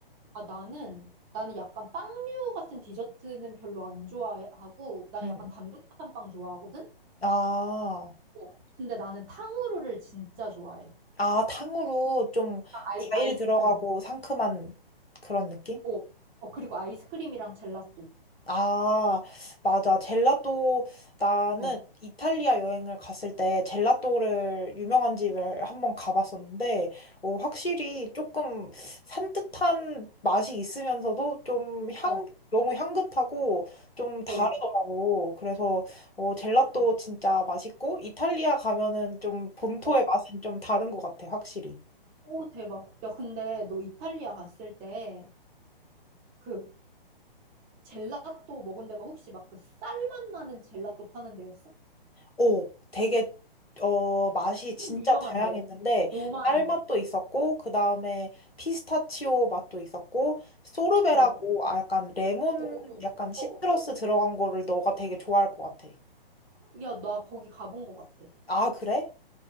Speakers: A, on the right; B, on the left.
A: 아, 나는, 나는 약간 빵류 같은 디저트는 별로 안 좋아하고, 난
B: 음.
A: 약간 담백한 빵 좋아하거든?
B: 아,
A: 어. 근데 나는 탕후루를 진짜 좋아해.
B: 아, 탕후루 좀
A: 아, 아이,
B: 과일
A: 아이스크림.
B: 들어가고 상큼한 그런 느낌?
A: 어, 어, 그리고 아이스크림이랑 젤라또.
B: 아, 맞아. 젤라또, 나는
A: 어,
B: 이탈리아 여행을 갔을 때 젤라또를 유명한 집을 한번 가봤었는데, 어, 확실히 조금 산뜻한 맛이 있으면서도 좀 향,
A: 어,
B: 너무 향긋하고 좀 다르더라고.
A: 어,
B: 그래서 어, 젤라또 진짜 맛있고, 이탈리아 가면은 좀 본토의
A: 어.
B: 맛은 좀 다른 것 같아, 확실히.
A: 오, 대박. 야, 근데 너 이탈리아 갔을 때, 그, 젤라또 먹은 데가 혹시 막 그 쌀맛 나는 젤라또 파는 데였어?
B: 오, 되게 어 맛이 진짜
A: 유명한데
B: 다양했는데
A: 요만해.
B: 딸맛도 있었고 그 다음에 피스타치오 맛도 있었고 소르베라고
A: 어, 어,
B: 아 약간 레몬
A: 어, 어,
B: 약간 시트러스
A: 어, 어,
B: 들어간
A: 어.
B: 거를 너가 되게 좋아할 것 같아.
A: 야, 나 거기 가본 것 같아.
B: 아 그래?